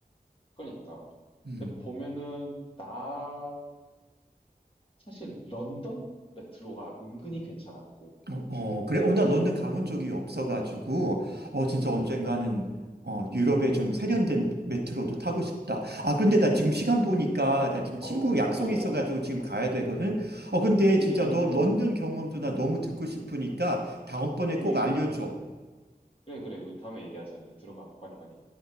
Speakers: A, on the left; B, on the right.
A: 그러니까.
B: 음.
A: 근데 보면은 나 사실 런던 메트로가 은근히 괜찮았고,
B: 어, 어, 그래. 어, 나 런던 가본 적이 없어가지고, 어, 진짜
A: 음,
B: 언젠가는, 어, 유럽의
A: 음,
B: 좀 세련된 메트로도 타고 싶다. 아, 근데 나 지금 시간 보니까,
A: 음,
B: 나 지금 친구
A: 어, 어,
B: 약속이
A: 어,
B: 있어가지고 지금 가야 되거든. 어, 근데
A: 음,
B: 진짜 너 런던 경험도 나 너무 듣고 싶으니까 다음번에 꼭
A: 음,
B: 알려줘.
A: 그래, 그래, 그 다음에 얘기하자, 그래, 들어가, 빨리, 빨리.